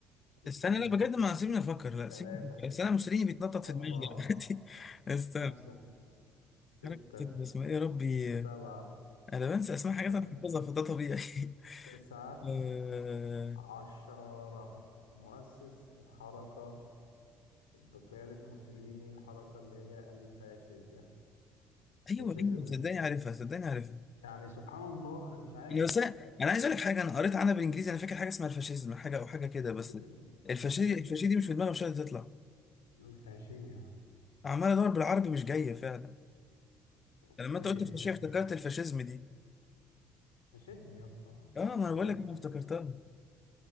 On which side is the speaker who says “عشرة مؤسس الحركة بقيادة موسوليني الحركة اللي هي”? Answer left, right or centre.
Left